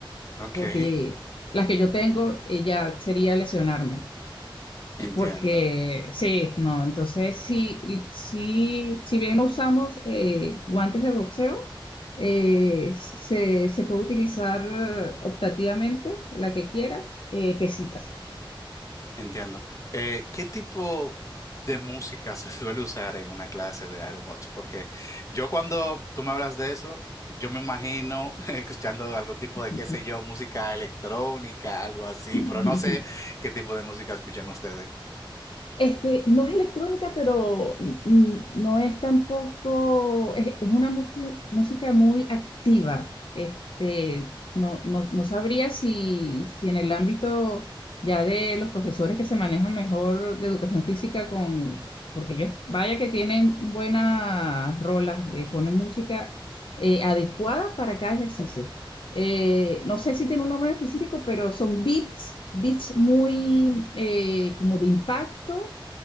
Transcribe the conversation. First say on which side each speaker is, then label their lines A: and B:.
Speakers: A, on the left (about 35°); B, on the left (about 70°).
A: Ok,
B: porque las que yo tengo, ella sería lesionarme.
A: entiendo,
B: Y porque, sí, no, entonces sí, sí, si bien no usamos eh, guantes de boxeo, eh, se, se puede utilizar optativamente la que quiera, eh, pesitas.
A: entiendo. Eh, ¿qué tipo de música <laughs> se suele usar en una clase de aerobots? Porque yo cuando tú me hablas de eso, yo me imagino <laughs> escuchando algún tipo
B: Ujú.
A: de, qué sé yo, música electrónica, algo así,
B: <laughs>
A: pero no sé qué tipo de música escuchan ustedes.
B: Este, no es electrónica, pero n- no es tampoco, es, es una muxi- música muy activa. Este, no, no, no sabría si, si en el ámbito ya de los profesores que se manejan mejor de educación física con, porque ellos, vaya que tienen buenas rolas, eh, ponen música eh, adecuada para cada ejercicio eh, no sé si tiene un nombre específico, pero son beats, beats muy eh, como de impacto,